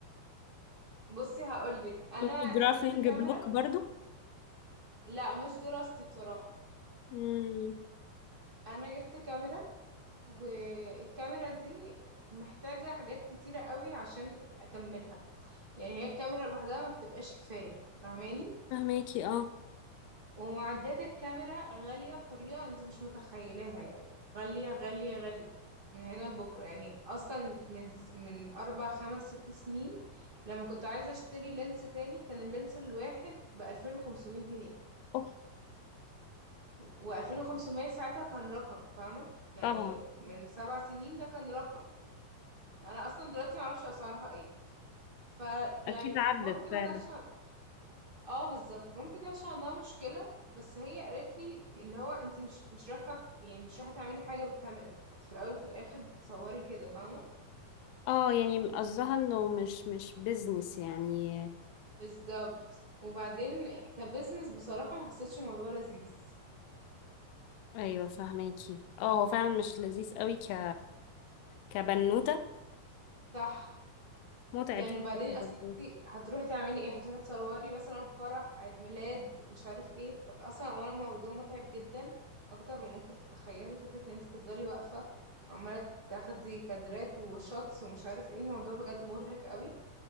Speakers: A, on the right; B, on the left.
A: بصي هقولك انا
B: كنت درافينج
A: جبت كاميرا
B: بلوك برضو
A: لا مش دراستي بصراحة
B: امم
A: انا جبت كاميرا والكاميرا دي محتاجة حاجات كتيرة قوي عشان اكملها يعني هي الكاميرا لوحدها ما بتبقاش كفاية فاهماني
B: فهماكي اه
A: ومعدات الكاميرا غالية بطريقة انت مش متخيلاها يعني غالية غالية غالية من هنا لبكرة يعني اصلا من من اربع خمس ست سنين لما كنت عايزة اشتري لينس تاني كان اللينس الواحد بألفين وخمسمية جنيه
B: اوف
A: وألفين وخمسمية ساعتها كان رقم فاهمة يعني
B: طبعا
A: من سبع سنين ده كان رقم انا اصلا دلوقتي معرفش اسعارها ايه فيعني
B: اكيد عدت
A: مامتي ما
B: فعلا
A: كانش اه بالظبط مامتي كانش عندها مشكله بس هي قالت لي اللي هو انت مش مش رايحه يعني مش رايحه تعملي حاجه بالكاميرا انت في الاول وفي الاخر بتصوري كده فاهمه
B: اه يعني قصدها انه مش مش بيزنس يعني
A: بالظبط وبعدين كبزنس بصراحه ما حسيتش الموضوع لذيذ
B: ايوه فهماكي اه هو فعلا مش لذيذ قوي ك كبنوتة
A: صح
B: متعب
A: يعني
B: شوية
A: بعدين اصل
B: برضو
A: انت هتروحي تعملي ايه هتروحي تصوري مثلا فرح عيد ميلاد مش عارف ايه ف- اصلا اولا الموضوع متعب جدا اكتر ما ممكن تتخيلي فكره ان انت تفضلي واقفه وعماله تاخدي كادرات وشوتس ومش عارف ايه الموضوع بجد مرهق قوي